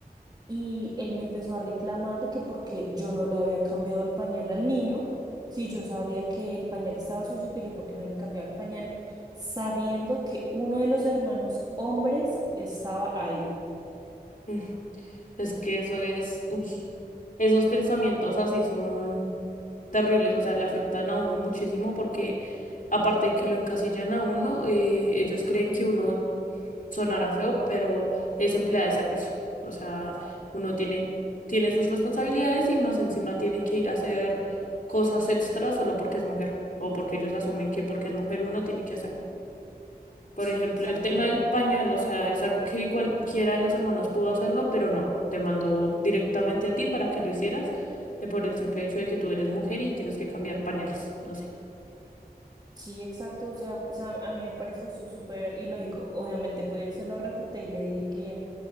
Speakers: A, on the right; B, on the left.
A: y él me empezó a reclamar que porque yo no le había cambiado el pañal al niño, si yo sabía que el pañal estaba sucio, que yo porque no le cambiaba el pañal, sabiendo que uno de los hermanos hombres estaba ahí.
B: Mm, Es que eso es, uy, esos pensamientos así son terribles, o sea, le afectan a uno muchísimo porque aparte de que lo encasillan a uno, eh, ellos creen que uno sonará feo, pero es empleada de servicio. O sea, uno tiene, tiene sus responsabilidades y más encima tiene que ir a hacer cosas extras solo porque es mujer o porque ellos asumen que porque es mujer uno tiene que hacerlo. Por
A: Sí,
B: ejemplo,
A: exacto.
B: el tema del pañal, o sea, es algo que cualquiera de los hermanos pudo hacerlo, pero no, te mandó directamente a ti para que lo hicieras, eh, por el simple hecho de que tú eres mujer y tienes que cambiar pañales, no sé.
A: Sí, exacto. O sea, pues a, a mí me parece eso súper ilógico. Obviamente, pues se lo refuté y le dije que